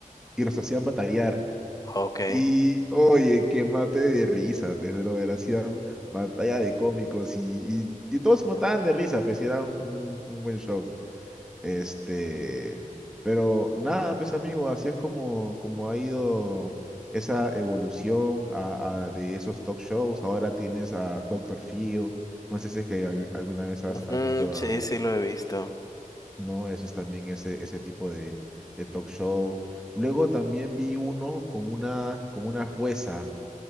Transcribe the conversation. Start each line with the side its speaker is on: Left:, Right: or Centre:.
Centre: y los hacían batallar.
Left: Okay.
Centre: Y oye, qué mate de risa, pues, brother, hacían batalla de cómicos y, y, y todos se mataban de risa, pues y era un, un buen show. Este, pero nada, pues amigo, así es como, como ha ido esa evolución a- a- de esos talk shows. Ahora tienes a Doctor Phil. No sé si es que al- alguna vez has,
Left: Ujú,
Centre: has visto
Left: sí,
Centre: a...
Left: sí lo he visto.
Centre: No, ese es también ese, ese tipo de, de talk show. Luego también vi uno con una, con una jueza